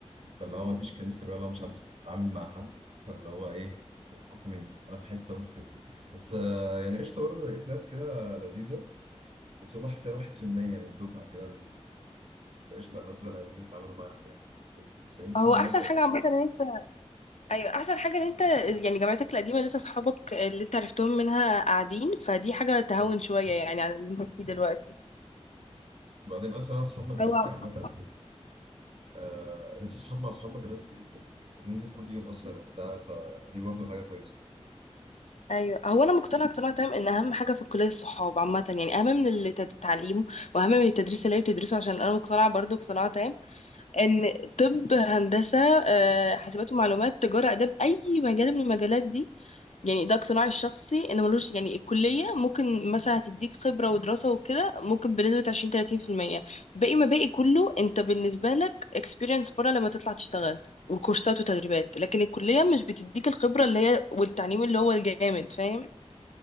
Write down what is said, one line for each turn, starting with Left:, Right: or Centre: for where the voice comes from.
Right: فاللي هو مفيش كيمستري ولا مش عارف اتعامل مع حد فاللي هو ايه فكوا مني انا في حته وانت في حته بس آه، يعني قشطه برضه لقيت ناس كده لذيذه بس هم حرفيا 1% من الدفعه كده ال- قشطه الناس بني ادمين يتعاملوا معاهم يعني 90%
Left: هو احسن
Right: الباقيين
Left: حاجه عامه ان انت ايوه احسن حاجه ان انت يعني جامعتك القديمه لسه اصحابك اللي انت عرفتهم منها قاعدين فدي حاجه تهون
Right: بالظبط
Left: شويه يعني على اللي
Right: بالظبط
Left: انت فيه دلوقتي
Right: وبعدين اصلا انا اصحاب مدرستي
Left: هو
Right: عامه آه لسه اصحاب مع اصحاب مدرستي وبننزل كل يوم اصلا وبتاع ف... فدي برضه حاجه كويسه
Left: ايوه هو انا مقتنعه اقتناع تام ان اهم حاجه في الكليه الصحاب عامه يعني اهم من التد- التعليم واهم من التدريس اللي هي بتدرسه عشان انا مقتنعه برضو اقتناع
Right: بالظبط
Left: تام ان طب هندسه آه، حاسبات ومعلومات تجاره اداب اي مجال من المجالات دي يعني ده اقتناعي الشخصي ان ملوش يعني الكلية ممكن مثلا هتديك خبرة ودراسة وكده ممكن بنسبة عشرين تلاتين في المية باقي ما باقي كله انت بالنسبة لك experience برا لما تطلع تشتغل وكورسات وتدريبات لكن الكلية مش بتديك الخبرة اللي هي والتعليم اللي هو الجامد فاهم